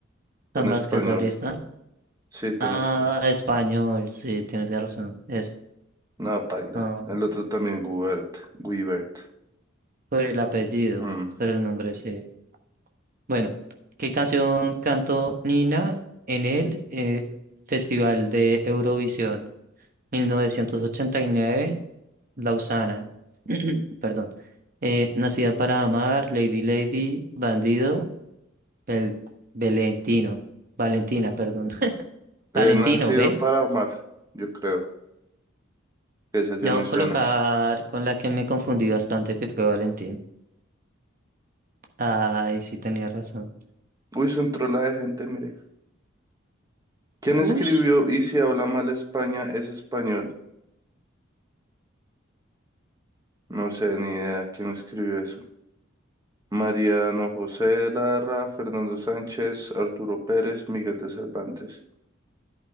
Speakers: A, on the right; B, on the right.
A: Tan
B: tan español.
A: basquetbolista.
B: Sí, tan
A: Ah,
B: español.
A: español, sí, tienes razón. Es,
B: No, paila.
A: no,
B: El otro también, Gubert. Guibert.
A: por el apellido,
B: Mm.
A: por el nombre, sí. Bueno, ¿qué canción cantó Nina en el eh, Festival de Eurovisión 1989, Lausana? <clears throat> Perdón. Eh, Nacida para amar, Lady Lady, Bandido, Bel Valentino, Valentina, perdón. <laughs>
B: Eh,
A: Valentino,
B: nacido
A: ¿ve?
B: para amar, yo creo. Esa ya
A: No
B: me
A: voy a
B: suena.
A: colocar con la que me confundí bastante, que fue Valentín. Ay, sí tenía razón.
B: Uy, son trola de gente, mire. ¿Quién
A: Ush.
B: escribió Y si habla mal España es español? No sé ni idea quién escribió eso. Mariano José de Larra, Fernando Sánchez, Arturo Pérez, Miguel de Cervantes.